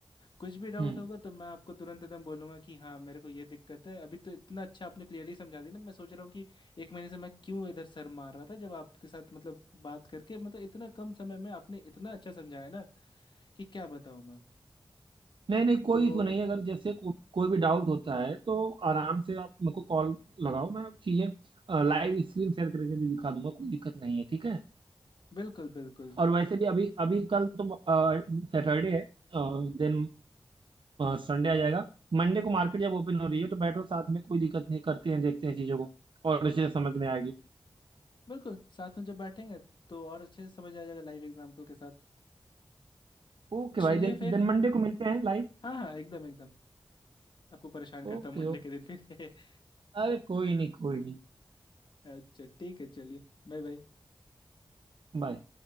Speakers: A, on the left; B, on the right.
A: कुछ भी डाउट
B: हम्म
A: होगा तो मैं आपको तुरंत एकदम बोलूंगा कि हाँ मेरे को ये दिक्कत है अभी तो इतना अच्छा आपने क्लियरली समझा दिया ना मैं सोच रहा हूँ कि एक महीने से मैं क्यों इधर सर मार रहा था जब आपके साथ मतलब बात करके मतलब इतना कम समय में आपने इतना अच्छा समझाया ना कि क्या बताऊँ मैं
B: नहीं नहीं कोई
A: तो
B: इशू नहीं है अगर जैसे को, कोई भी डाउट होता है तो आराम से आप मेरे को कॉल लगाओ मैं चीज़ें लाइव स्क्रीन शेयर करके भी दिखा दूंगा कोई दिक्कत नहीं है ठीक है
A: बिल्कुल बिल्कुल
B: और वैसे भी अभी अभी कल तो सैटरडे है देन संडे आ जाएगा मंडे को मार्केट जब ओपन हो रही है तो बैठो साथ में कोई दिक्कत नहीं करते हैं देखते हैं चीज़ों को और अच्छे से समझ में आएगी
A: बिल्कुल साथ में जब बैठेंगे तो और अच्छे से समझ आ जाएगा लाइव एग्जाम्पल के साथ
B: ओके भाई
A: चलिए
B: देन
A: फिर
B: देन मंडे को मिलते हैं लाइव
A: हाँ हाँ एकदम एकदम आपको परेशान करता
B: Okay
A: हूँ मंडे
B: okay
A: के दिन फिर <laughs>
B: अरे कोई नहीं कोई नहीं
A: अच्छा ठीक है चलिए बाय बाय
B: बाय